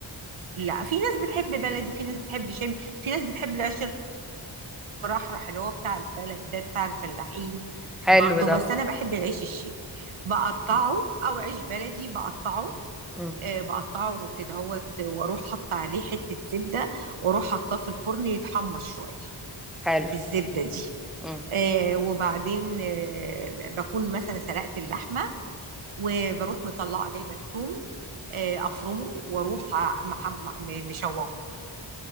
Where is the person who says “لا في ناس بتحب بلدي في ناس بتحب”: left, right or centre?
Right